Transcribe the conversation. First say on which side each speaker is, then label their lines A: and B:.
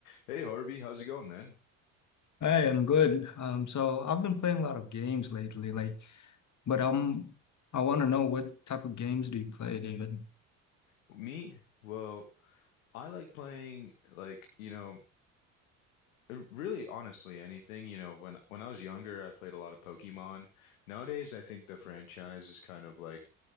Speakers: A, on the left (about 80°); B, on the left (about 45°).
A: Hey Harvey, how's it going, man?
B: Hey, I am good. Um, so I've been playing a lot of games lately, like, but um, I want to know what type of games do you play, David?
A: Me? Well, I like playing like, you know, uh, really honestly anything, you know, when when I was younger, I played a lot of Pokemon. Nowadays, I think the franchise is kind of like